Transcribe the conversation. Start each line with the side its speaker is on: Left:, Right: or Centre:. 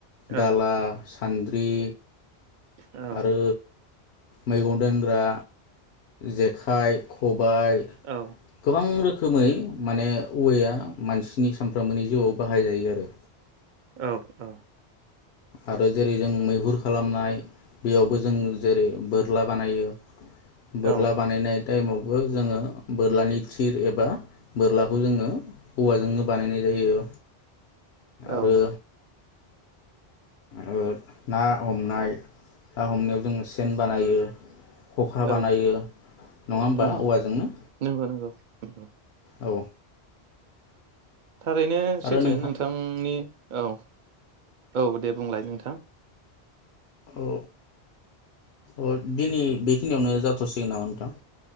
Right: औ
Left: दाला सानद्रि
Right: औ
Left: आरो मैगं दोनग्रा, जेखाइ खबाय
Right: औ
Left: गोबां रोखोमै माने औवाया मानसिनि सामफ्रामबोनि जिवाव बाहायजायो आरो।
Right: औ औ
Left: आरो जेरै जों मैहुर खालामनाय बेयावबो जों जेरै बोरला बानायो
Right: औ
Left: बोरला बानायनाय टाइमावबो जोङो बोरलानि थिर एबा बोरलाखौ जोङो औवाजोंनो बानायनाय जायो
Right: औ
Left: आरो ओ ना हमनाय ना हमनायाव जों सेन बानायो। खखा
Right: औ
Left: बानायो नङा होमबा
Right: उम
Left: औवाजोंनो।
Right: नंगौ नंगौ नंगौ
Left: औ
Right: थारैनो सैथो
Left: आरो नोंथां
Right: नोंथांनि औ औ दे बुंलाय नोंथां।
Left: औ अ दिनै बेखिनियावनो जाथसिगोन नामा नोंथां।